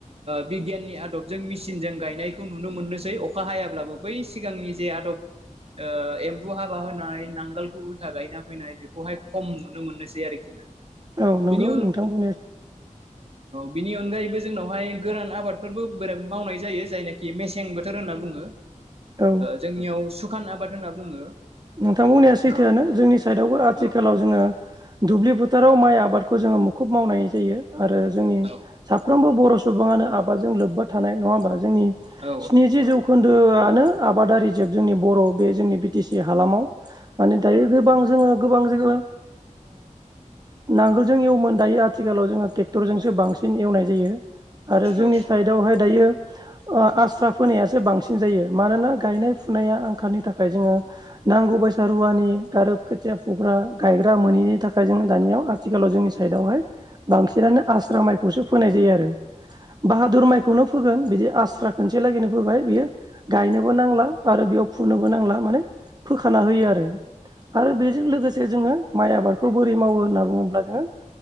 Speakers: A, on the right; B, on the right.
A: बिगियनि आदबजोंसिनजों गायनाय खौ नुनो मोननोसै अखा हायाब्लाबो बै सिगांनि जे आदब एम्बु हाबा होनाय नांगोलखौ उल्था गायना फैनाय बेखौहाय खम नुनो मोननोसै आरोखि ना
B: औ नंगौ
A: बिनि
B: नोंथांखौ
A: बिनि अनगायैबो जोंनावहाय गोर आबादफोरबो बिराद मावनाय जायो जायनाखि मेसें बोथोर होनना बुङो
B: औ
A: जोंनियाव सुखान आबाद होनना बुङो
B: नोंथांमोननाया सैथोआानो
A: औ
B: जोंनि साइदआवबो आथिखालाव
A: औ
B: जोङो दुब्लि फोथाराव माइ आबादखौ जोङो मुखुब मावनाय जायो आरो जोंनि
A: औ
B: साफ्रोमबो बर' सुबुङानो आबादजों लोब्बा थानाय नङा होमबा जोंनि
A: औ
B: स्निजि जौखोन्दोआनो आबादारि जोब जोंनि बर' बे जोंनि बि टि सि हालामाव माने दायो गोबां जोङो बां साग नांगोलजों एवोमोन दायो आथिखालाव जोङो ट्रेक्टरजोंसो बांसिन एवनाय जायो। आरो जोंनि
A: औ
B: साइडआवहाय दायो ओ आस्रा फोनायासो बांसिन जायो। मानोना गायनाय फुनाया आंखालनि थाखाय जोङो नांगौ बाय सा रुवानि गार खोथिया फुग्रा गायग्रा मोनिनि थाखाय जों दानियाव आथिखालाव जोंनि साइडआवहाय बांसिनानो आस्रा माइखौसो फोनाय जायो आरो बाहादुर माइखौनो फोगोन बिदि आस्रा खनसे लागैनो फैोबाय बियो गायनोबो नांला बा आरो बेयाव फुनोबो नांला माने फोखाना होयो आरो आरो बेजों लोगोसे जोङो माइ आबादखौ बोरै मावो होनना बुङोब्ला जोङो।